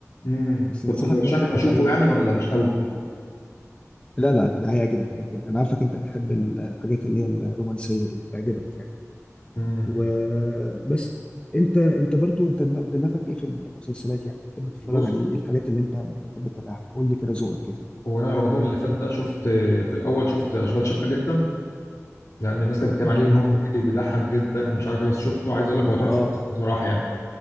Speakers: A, on the left (about 75°); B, on the left (about 20°).
A: امم
B: بس
A: كنت
B: انصحك
A: ترشح
B: يعني تتفرج
A: لي إني اشوفه
B: عليها
A: يعني
B: هيعجبك
A: ولا
B: قوي
A: مش
B: يعني
A: قوي
B: لا لا هيعجبك هيعجبك انا عارفك انت بتحب الحاجات اللي هي الرومانسية دي هتعجبك يعني
A: امم
B: وبس انت انت برضو انت دم- دماغك ايه في المسلسلات يعني بتحب تتفرج
A: بص
B: على ايه الحاجات اللي انت بتحب تتابعها قول لي كده ذوقك كده
A: هو انا رمضان اللي فات ده شفت في الاول شفت اشغال شقه جدا لان الناس كانت بتتكلم
B: م-
A: عليه
B: م.
A: ان هو كوميدي وبيضحك جدا ومش عارف ايه بس شفته عايز اقول لك هو تحفه
B: اه
A: بس بصراحه يعني